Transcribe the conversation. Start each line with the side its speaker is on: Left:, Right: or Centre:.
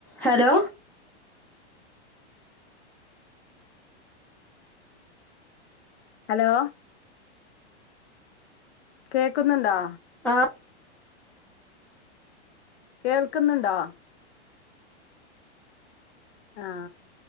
Centre: Hello
Left: hello കേക്കുന്നുണ്ടോ
Centre: ആ <inaudible>
Left: കേൾക്കുന്നുണ്ടോ ആ